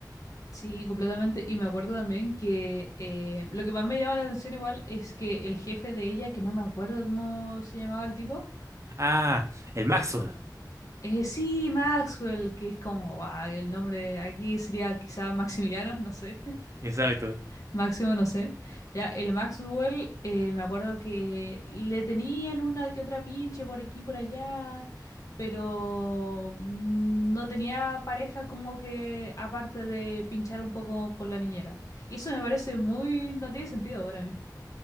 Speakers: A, on the left; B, on the right.
A: Sí, completamente. Y me acuerdo también que eh, lo que más me llama la atención igual es que el jefe de ella, que no me acuerdo cómo se llamaba el tipo,
B: Ah, el Maxwell.
A: Eh, sí, Maxwell, que es como, guau, el nombre aquí sería quizá Maximiliano, no sé, <laughs>
B: Exacto.
A: Máximo, no sé. Ya, el Maxwell, eh, me acuerdo que le tenían una que otra pinche por aquí, por allá, pero mm, no tenía pareja como que aparte de pinchar un poco con la niñera. Y eso me parece muy, no tiene sentido para mí.